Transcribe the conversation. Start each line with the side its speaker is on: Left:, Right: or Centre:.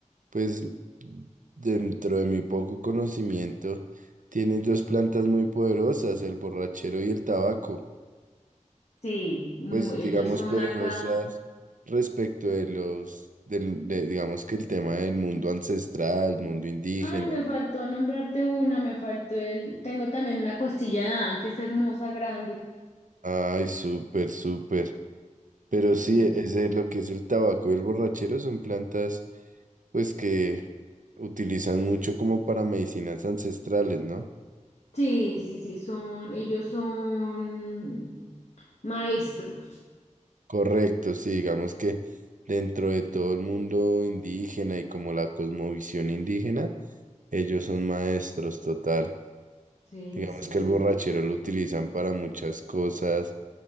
Right: pues dentro de mi poco conocimiento, tienes dos plantas muy poderosas, el borrachero y el tabaco,
Left: Sí, muy,
Right: pues digamos
Left: ellas son
Right: poderosas
Left: acá.
Right: respecto de los, del, de- digamos que el tema del mundo ancestral, mundo indígena.
Left: Ay, me faltó nombrarte una, me faltó el. Tengo también una costilla de Adán, que es hermosa, grande.
Right: Ay, súper, súper. Pero sí,
Left: Sí.
Right: ese es lo que es el tabaco y el borrachero son plantas pues que utilizan mucho como para medicinas ancestrales, ¿no?
Left: Sí, sí, sí, son, ellos son maestros.
Right: Correcto, sí, digamos que dentro de todo el mundo indígena y como la cosmovisión indígena, ellos son maestros total.
Left: Sí,
Right: Digamos
Left: sí, sí.
Right: que el borrachero lo utilizan para muchas cosas,